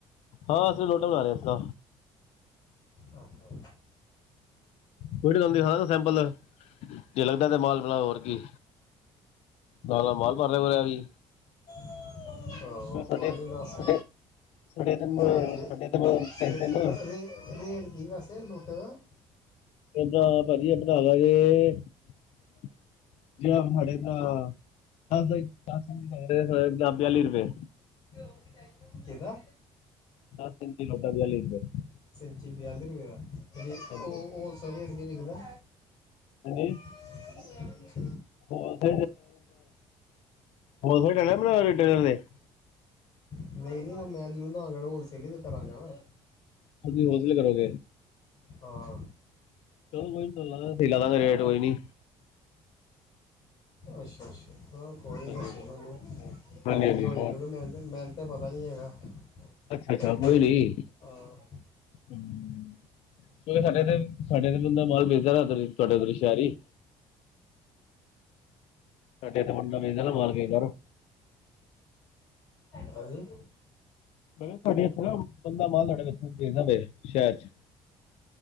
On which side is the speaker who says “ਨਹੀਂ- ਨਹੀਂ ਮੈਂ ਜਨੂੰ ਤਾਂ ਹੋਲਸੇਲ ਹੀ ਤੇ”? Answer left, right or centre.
Left